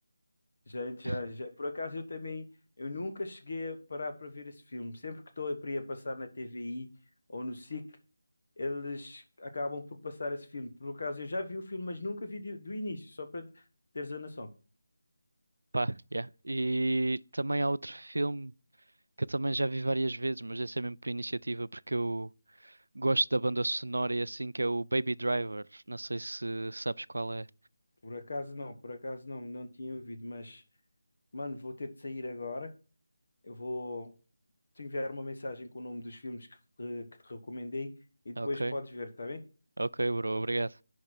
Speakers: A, on the left; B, on the right.
A: Já, já,
B: <laughs>
A: já. Por acaso eu também, eu nunca cheguei a parar para ver esse filme. Sempre que estou para ir a passar na TVI ou no SIC, eles acabam por passar esse filme. Por acaso eu já vi o filme, mas nunca vi de- do início, só para teres a noção.
B: Pá, yeah. E também há outro filme que eu também já vi várias vezes, mas esse é mesmo por iniciativa, porque eu gosto da banda sonora e assim, que é o Baby Driver. Não sei se sabes qual é.
A: Por acaso não, por acaso não, não tinha ouvido, mas, mano, vou ter de sair agora. Eu vou te enviar uma mensagem com o nome dos filmes que, que te recomendei e depois
B: Ok,
A: podes ver, está bem?
B: ok, bro, obrigado.